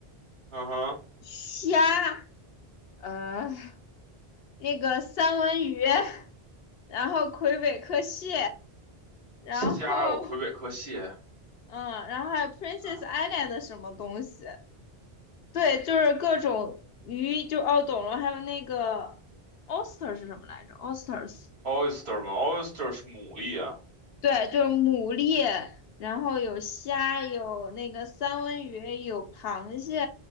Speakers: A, on the right (about 80°); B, on the left (about 70°).
A: 嗯哼，
B: 虾。呃那个三文鱼，然后魁北克蟹，然后
A: 虾还有魁北克蟹，
B: 嗯，然后还有 Princess
A: 对
B: Island 的什么东西，对，就是各种鱼，就哦懂了，还有那个 oyster 是什么来着？oysters
A: ，oyster 嘛，oyster 是牡蛎啊，
B: 对，就是牡蛎，然后有虾，有那个三文鱼，有螃蟹，